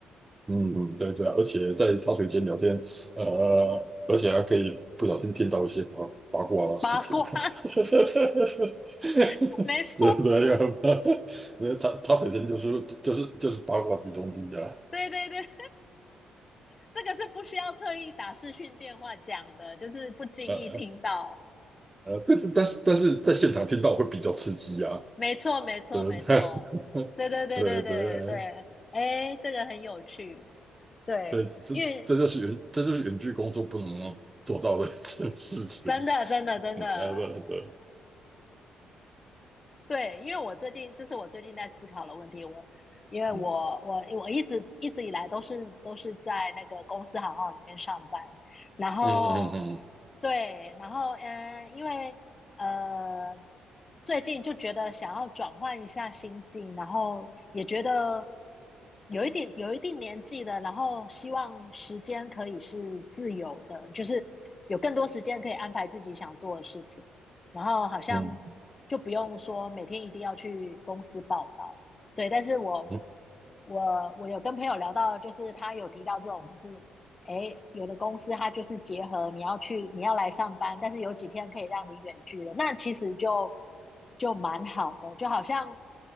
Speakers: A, on the right; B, on the left.
A: 嗯嗯，对对啊，而且在茶水间聊天，呃，而且还可以不小心听到一些八八卦的事情，
B: 八卦，
A: <laughs>
B: <laughs> 没错，
A: 对不对？<laughs> 因为茶茶水间就是就是就是八卦集中地啊，
B: 对对对，<laughs> 这个是不需要特意打视讯电话讲的，就是不经意听到。
A: 呃呃，呃对，但是但是在现场听到会比较刺激啊。
B: 没错，没错，
A: <laughs> 对不对
B: 没错，
A: <laughs>？
B: 对对对对对对，
A: 对对
B: 哎，这个很有趣，对，
A: 对，这这就是远，
B: 因为
A: 这就是远距工作不能做到的 <laughs> 一件事情。
B: 真的真的真的，
A: 嗯对对对，
B: 对，因为我最近这是我最近在思考的问题，我因为我我我一直一直以来都是都是在那个公司行号里面上班，
A: 嗯
B: 然后
A: 嗯嗯
B: 对，然后嗯，呃因为呃，最近就觉得想要转换一下心境，然后也觉得有一点有一定年纪了，然后希望时间可以是自由的，就是有更多时间可以安排自己想做的事情，然后好像就不用说每天一定要去公司报道，
A: 嗯
B: 对，但是我
A: 嗯
B: 我我有跟朋友聊到，就是他有提到这种，就是。诶，有的公司它就是结合你要去，你要来上班，但是有几天可以让你远距的，那其实就就蛮好的，就好像